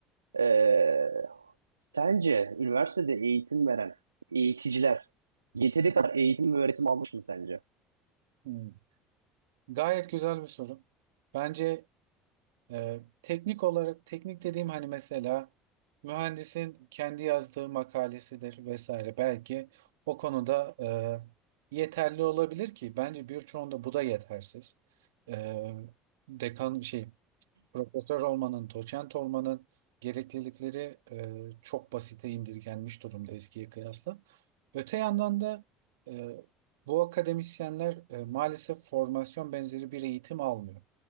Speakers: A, on the right (about 85°); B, on the right (about 70°).
A: Ee, sence üniversitede eğitim veren eğiticiler yeteri kadar eğitim ve öğretim almış mı sence?
B: Hmm. Gayet güzel bir soru. Bence Ee, teknik olarak teknik dediğim hani mesela mühendisin kendi yazdığı makalesidir vesaire belki o konuda e, yeterli olabilir ki bence birçoğunda bu da yetersiz. Ee, dekan şey profesör olmanın, doçent olmanın gereklilikleri e, çok basite indirgenmiş durumda eskiye kıyasla. Öte yandan da e, bu akademisyenler e, maalesef formasyon benzeri bir eğitim almıyor.